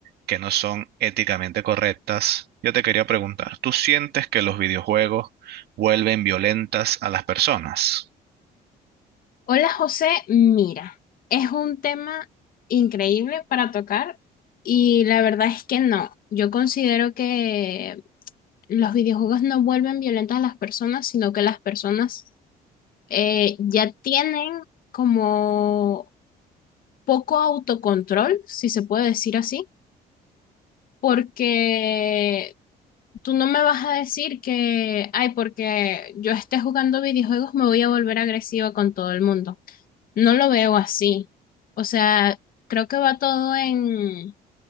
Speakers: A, on the right; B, on the left.
A: que no son éticamente correctas. Yo te quería preguntar, ¿tú sientes que los videojuegos vuelven violentas a las personas?
B: Hola José, mira, es un tema increíble para tocar y la verdad es que no, yo considero que los videojuegos no vuelven violentas a las personas, sino que las personas eh, ya tienen como poco autocontrol, si se puede decir así, porque tú no me vas a decir que, ay, porque yo esté jugando videojuegos me voy a volver agresiva con todo el mundo. No lo veo así. O sea, creo que va todo en,